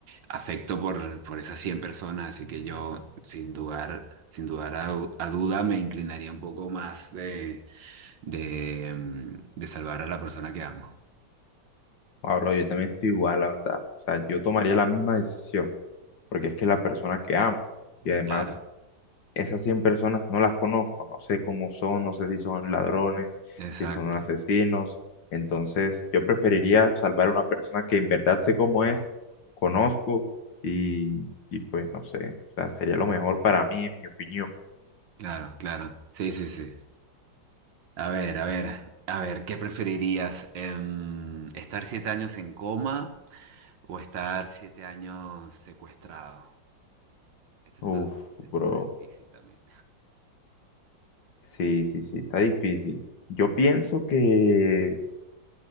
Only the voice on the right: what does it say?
afecto por, por esas 100 personas, así que yo sin dudar, sin dudar a, a duda me inclinaría un poco más de, de, mm, de salvar a la persona que amo.
Claro,
exacto,
claro, claro. Sí, sí, sí. A ver, a ver, a ver, ¿qué preferirías? Em, ¿estar siete años en coma o estar siete años secuestrado? Este
está, este
está difícil también.